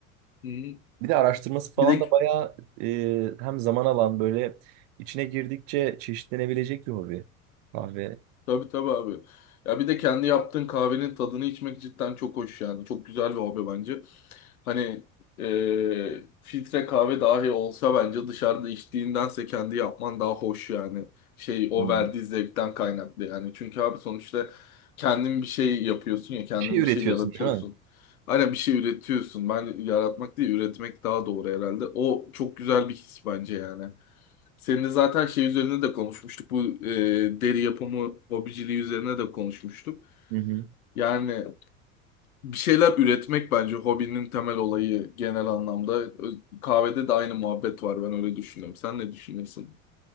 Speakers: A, on the left; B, on the right.
A: Hı.
B: Bir de araştırması falan
A: Bir de
B: da bayağı e, hem zaman alan böyle içine girdikçe çeşitlenebilecek bir hobi. Kahve.
A: tabii tabii abi. Ya bir de kendi yaptığın kahvenin tadını içmek cidden çok hoş yani. Çok güzel bir hobi bence. Hani eee, filtre kahve dahi olsa bence dışarıda içtiğindense kendi yapman daha hoş yani. Şey o
B: Hmm.
A: verdiği zevkten kaynaklı yani. Çünkü abi sonuçta kendin bir şey yapıyorsun ya kendin
B: Bir şey üretiyorsun
A: bir şey yaratıyorsun.
B: değil mi?
A: Aynen bir şey üretiyorsun. Ben yaratmak değil üretmek daha doğru herhalde. O çok güzel bir his bence yani. Seninle zaten şey üzerine de konuşmuştuk. Bu e, deri yapımı hobiciliği üzerine de konuşmuştuk.
B: Hı hı.
A: Yani bir şeyler üretmek bence hobinin temel olayı genel anlamda. Ö- Kahvede de aynı muhabbet var ben öyle düşünüyorum. Sen ne düşünüyorsun?